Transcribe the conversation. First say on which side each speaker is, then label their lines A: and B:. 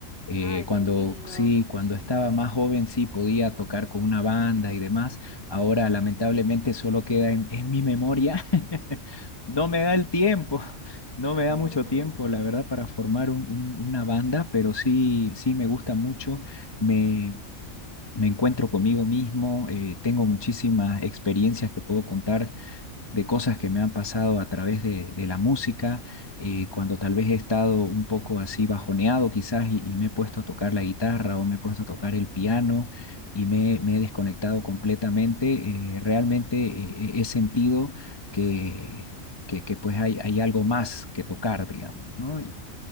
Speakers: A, on the left; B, on the left.
A: Eh,
B: Ay,
A: cuando
B: qué lindo.
A: sí, cuando estaba más joven sí podía tocar con una banda y demás. Ahora lamentablemente solo queda en, en mi memoria. <laughs> No me da el tiempo, <laughs> no me da
B: <laughs>
A: mucho tiempo, la verdad, para formar un- un- una banda, pero sí, sí me gusta mucho. Me, me encuentro conmigo mismo, eh, tengo muchísimas experiencias que puedo contar de cosas que me han pasado a través de, de la música, eh, cuando tal vez he estado un poco así bajoneado quizás y, y me he puesto a tocar la guitarra o me he puesto a tocar el piano y me, me he desconectado completamente, eh, realmente eh, he sentido que, que, que pues hay, hay algo más que tocar, digamos, ¿no? Y